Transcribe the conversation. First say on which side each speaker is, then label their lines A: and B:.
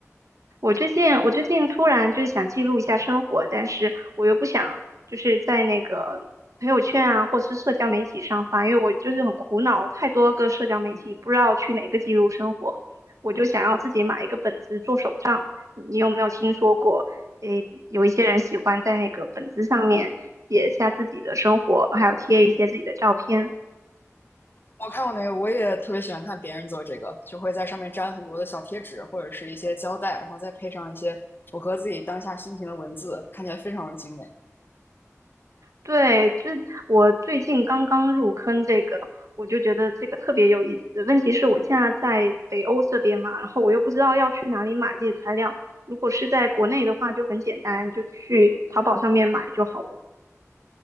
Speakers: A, on the right; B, on the left.
A: 我最近我最近突然就是想记录一下生活，但是我又不想就是在那个朋友圈啊，或是社交媒体上发，因为我就是很苦恼，太多个社交媒体不知道去哪个记录生活，我就想要自己买一个本子做手账。你有没有听说过？诶，有一些人喜欢在那个本子上面写下自己的生活，还有贴一些自己的照片。
B: 我看过那个，我也特别喜欢看别人做这个，就会在上面粘很多的小贴纸或者是一些胶带，然后再配上一些符合自己当下心情的文字，看起来非常的精美。
A: 对，就是我最近刚刚入坑这个，我就觉得这个特别有意思。问题是我现在在北欧这边嘛，然后我又不知道要去哪里买这些材料。如果是在国内的话，就很简单，就去淘宝上面买就好了。